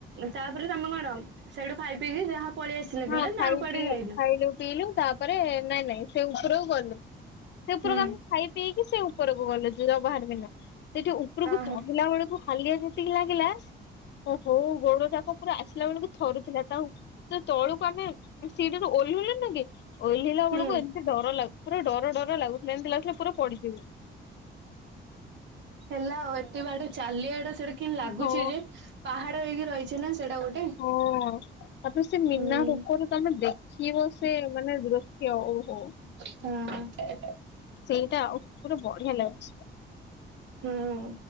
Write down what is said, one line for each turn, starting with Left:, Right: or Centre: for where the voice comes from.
Right: ତାପରେ ତମେ କଣ? ସେଇଠୁ ଖାଇ ପିଇକି ଯାହା ପଳେଇ ଆସିଲ
Left: ହଁ,
Right: କିଲ ନା
Left: ଖାଇି
Right: ଆଉ କୁଆଡେ
Left: ପିଇ
Right: ଯାଇନ?
Left: ଖାଇଲୁ ପିଇଲୁ ତାପରେ ନାଇଁ ନାଇଁ ସେ ଉପରକୁ ଗଲୁ। ସେ ଉପରକୁ
Right: ହୁଁ।
Left: ଆମେ ଖାଇ ପିଇକି ସେ ଉପରକୁ ଗଲୁ। ଜୁର ବାହାର ବିନା, ସେଠି ଉପରକୁ
Right: ଓହୋ
Left: ଚଢିଲା ବେଳକୁ ହାଲିଆ ଯେତିକି ଲାଗିଲା, ଓହୋ ଗୋଡ ଯାକ ପୁରା ଆସିଲା ବେଳକୁ ଥରୁଥିଲା ତା ବେଳକୁ ଆମେ ସିଡିରୁ ଓହ୍ଲେଇ ଲୁନିକି, ଓହ୍ଲେଇ ଲା
Right: ହୁଁ
Left: ବେଳକୁ ଏମିତି ଡର ଲାଗୁ ପୁରା ଡର ଡର ଲାଗୁଥିଲା। ଏମିତି ଲାଗୁ ଥିଲା ପୁରା ପଡିଯିବୁ।
Right: ହେଲା ଆଉ, ଏତେ ବାଟ ଚାଲିିବାଟା ସେଟା କିମ୍ ଲାଗୁଛି
Left: ହଁ।
Right: ଯେ, ପାହାଡ ହେଇକି ରହିଛି ନା ସେଇଟା ଗୋଟେ।
Left: ହଁ। ତାପରେ ସେ ମୀନା
Right: ହୁଁ
Left: ରୂପରେ ତମେ ଦେଖିବ ସେ ମାନେ ଦୃଶ୍ୟ ଓହୋ।
Right: ହାଁ।
Left: ସେଇଟା ଉପରୁ ବଢିଆ ଲାଗୁଛି।
Right: ହୁଁ